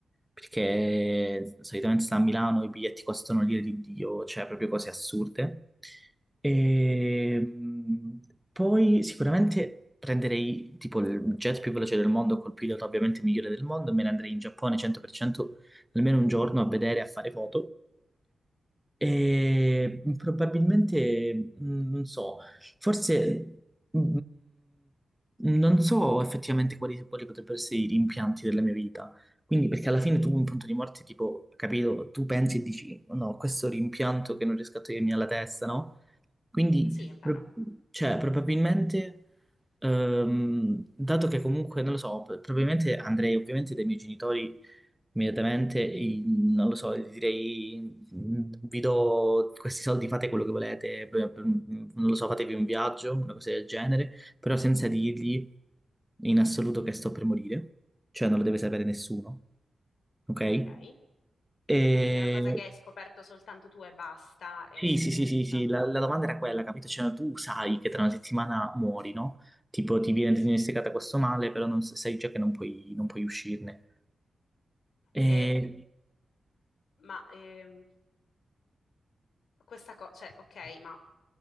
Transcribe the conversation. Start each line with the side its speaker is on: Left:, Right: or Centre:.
Centre: Perché solitamente sta a Milano, i biglietti costano l'ira di Dio, cioè proprio cose assurde. E
Left: Mhm.
Centre: mh, poi sicuramente prenderei tipo il jet più veloce del mondo, col pilota ovviamente migliore del mondo, e me ne andrei in Giappone 100% almeno un giorno a vedere, a fare foto. E probabilmente, mh, non so, forse mh, non so effettivamente quali, quali potrebbero essere i rimpianti della mia vita. Quindi, perché alla fine tu un punto di morte, tipo, capito, tu pensi e dici, no, questo rimpianto che non riesco a togliermi alla testa, no? Quindi,
Left: Sì, è vero.
Centre: pro- cioè, probabilmente, ehm, dato che comunque, non lo so, probabilmente andrei ovviamente dai miei genitori Immediatamente, i- non lo so, gli direi, mm, vi do questi soldi, fate quello che volete, per- per- non lo so, fatevi un viaggio, una cosa del genere, però senza dirgli in assoluto che sto per morire, cioè non lo deve sapere nessuno, ok?
Left: Ok.
Centre: E...
Left: Quindi è una cosa che hai scoperto soltanto tu e basta, e,
Centre: Sì, sì, sì, sì,
Left: diciamo,
Centre: sì, la, la domanda era quella, capito? Cioè, tu sai che
Left: sì,
Centre: tra una settimana
Left: sì,
Centre: muori, no? Tipo, ti viene
Left: sì.
Centre: diagnosticata questo male, però non, sai già che non puoi, non puoi uscirne. E,
Left: E- ma ehm, questa cosa, cioè, ok, ma